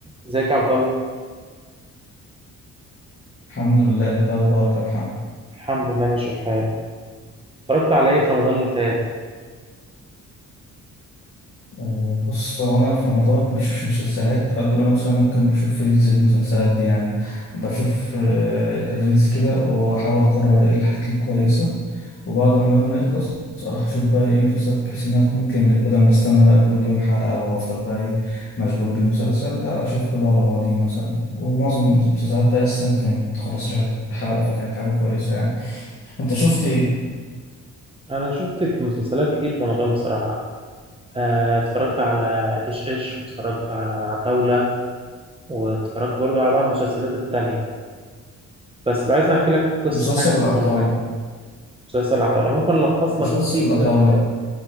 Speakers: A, on the right; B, on the left.
A: ازيك يا عبد الله
B: الحمد لله انت اخبارك يا محمد
A: الحمد لله ماشي الحال اتفرجت على ايه في رمضان اللي فات
B: أه، بص هو انا في رمضان ما بشوفش مسلسلات قد ما انا مثلا ممكن بشوف ريلز المسلسلات دي يعني بشوف أه، الريلز كده واحاول اقرر ايه الحاجات الكويسه وبعد ما لما يخلص اروح اشوف بقى ايه المسلسلات بحيث انها تكون كملت بدل ما استنى بقى كل يوم حلقه او افضل بقى ايه مشغول بالمسلسل لا اشوف كله على بعضيه مثلا ومعظم المسلسلات بقى السنه دي كانت 15 حلقه فكانت حاجه كويسه يعني انت شفت ايه
A: انا شفت مسلسلات كتير في رمضان بصراحه آه، اتفرجت على ايش ايش واتفرجت على العتاوله واتفرجت برضو على بعض المسلسلات التانية بس لو عايز نحكي لك في قصه
B: مسلسل
A: حاجه فيلم
B: لا طاوله
A: ولا حاجه مسلسل العتاوله ممكن الخص
B: مسلسل
A: لك فيه
B: لا
A: كده
B: طاوله
A: الفكره